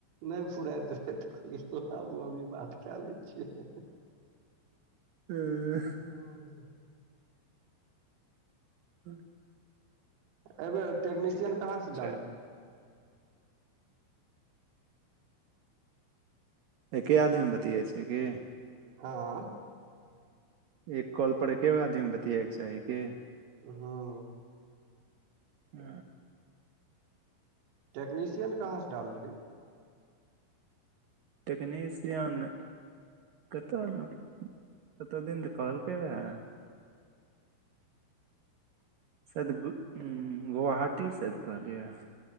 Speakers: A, on the right; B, on the right.
A: नहि फुराइत रहै तऽ कहलियै लाबू हमहि बात कै लैत छियै
B: हँ
A: हूंम्
B: हँ
A: एबे टेक्निशियन
B: यऽ
A: कहाँ से
B: चलू
A: डालली
B: एके आदमी बतियाइ छै की
A: आंय
B: ई कॉल पर एके गो आदमी बतियाए के चाही की
A: हुँ
B: ओ
A: टेक्नीशियन कहाँ से डाललियै
B: टेक्नीशियन कतऽ कतऽ दिन तऽ कहलकै रहै शायद गुआहाटी शायद कहलियै अहाँ